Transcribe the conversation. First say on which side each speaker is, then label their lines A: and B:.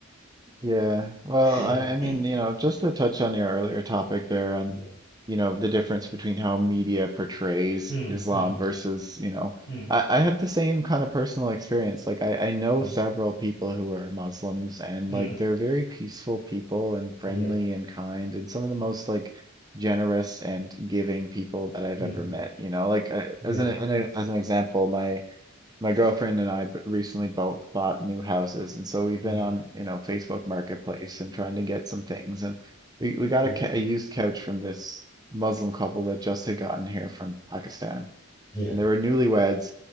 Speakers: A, on the right; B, on the left.
A: Yeah. Well,
B: <laughs> yeah,
A: I, I mean, you know, just to touch on your earlier topic there on,
B: yeah.
A: you know, the difference between how media portrays
B: Mm,
A: Islam
B: mm-hmm,
A: versus, you know,
B: mm,
A: I, I have the same kind of personal experience. Like I, I know
B: mm,
A: several people who are Muslims and
B: mm,
A: like they're very peaceful people and friendly
B: yeah,
A: and kind and some of the most like generous and giving people that I've
B: mm-hmm,
A: ever met, you know, like uh,
B: yeah,
A: as an, an as an example, my my girlfriend and I b- recently both bought new houses, and so we've
B: yeah,
A: been on, you know, Facebook Marketplace and trying to get some things. And we, we got
B: yeah,
A: a, ca- a used couch from this Muslim couple that just had gotten here from Pakistan,
B: yeah,
A: and they were newlyweds,